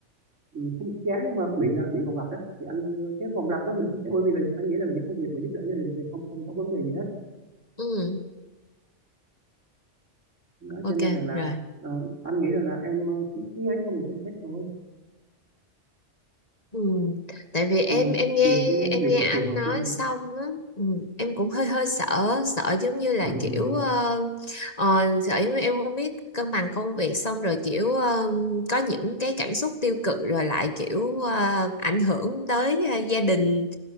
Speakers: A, on the right; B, on the left.
A: Ừ, không chán nhưng mà bị là bị vòng lặp đó thì anh cái vòng lặp đó mình không chán bởi vì là anh nghĩ là những công việc mà giúp đỡ gia đình thì không không có vấn đề gì hết
B: Ừ,
A: đó
B: ok
A: cho nên rằng là
B: rồi.
A: ờ, anh nghĩ rằng là em ờ, cứ cứ ấy xong rồi xem xét thôi
B: Ừ. Tại vì em
A: Ờ,
B: em nghe
A: tìm cái
B: em
A: việc
B: nghe
A: mà
B: anh
A: phù hợp
B: nói
A: với
B: xong á ừ. Em cũng hơi hơi sợ sợ giống như là
A: em
B: kiểu ờ,
A: <laughs>
B: ờ, sợ giống như em không biết cân bằng công việc xong rồi kiểu ờ, có những cái cảm xúc tiêu cực rồi lại kiểu ờ, ảnh hưởng tới ờ, gia đình